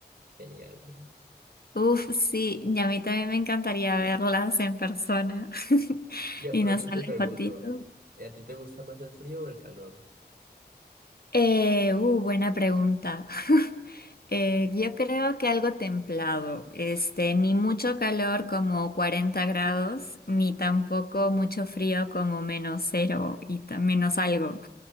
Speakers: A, on the right; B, on the left.
A: genial, ¿no?
B: Uf, sí, y a mí también me encantaría verlas en persona <laughs>
A: Y aprovecho
B: y no solo
A: y te pregunto,
B: en fotitos.
A: ¿eh, ¿a ti te gusta más el frío o el calor?
B: Eh, uh, buena pregunta. <laughs> Eh, yo creo que algo templado, este, ni mucho calor como 40 grados, ni tampoco mucho frío como menos cero y ta- menos algo,